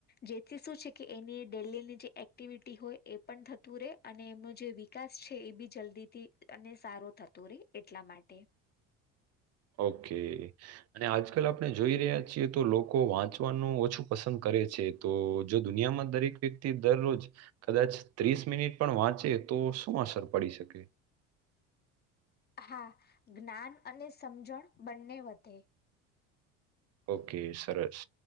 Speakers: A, on the left; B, on the right.
A: જેથી શું છે કે, એની ડેલીની જે એક્ટિવિટી હોય, એ પણ થતું રહેે, અને એમનો જે વિકાસ છે એ બી જલ્દીથી અને સારો થતું રહે, એટલા માટે.
B: ઓકે. અને આજકાલ આપણે જોઈ રહ્યા છીએ, તો લોકો વાંચવાનું ઓછું પસંદ કરે છે. તો જો દુનિયામાં દરેક વ્યક્તિ દરરોજ કદાચ ત્રીસ મિનિટ પણ વાંચે, તો શું અસર પડી શકે.
A: હા, જ્ઞાન અને સમજણ બંને વધે.
B: ઓકે, સરસ.